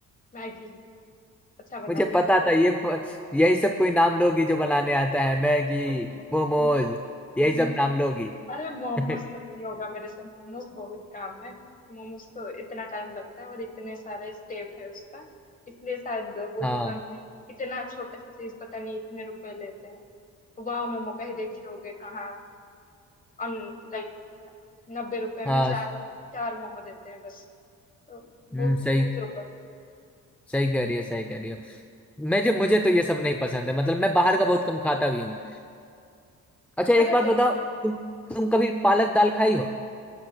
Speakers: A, on the left; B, in the centre.
A: मैगी अच्छा बना
B: मुझे
A: लेती
B: पता था ये प- यही सब कोई नाम लोगी जो बनाने आता है मैगी
A: हूँ
B: मोमोज
A: <laughs>
B: यही सब नाम लोगी
A: अरे मोमोज
B: <laughs>
A: तो नहीं होगा मेरे से मोमोज बहुत काम है मोमोज तो इतना टाइम लगता है और इतने सारे स्टेप है उसका इसलिए शायद वो
B: हाँ
A: दुकान में इतना छोटा सा चीज पता नहीं इतने रुपए लेते हैं वाह मोमो का ही देखे होगे कहाँ लाइक नब्बे रुपए
B: हाँ
A: में चार ही चार मोमो देते हैं बस तो
B: हम्म
A: बहुत बहुत
B: सही
A: रुपए
B: सही कह रही हो सही कह रही हो मुझे मुझे तो ये सब नहीं पसंद है मतलब मैं बाहर का बहुत कम खाता भी हूँ अच्छा एक
A: अरे
B: बात
A: देख
B: बताओ तुम
A: हम्म।
B: तुम कभी पालक दाल खाई हो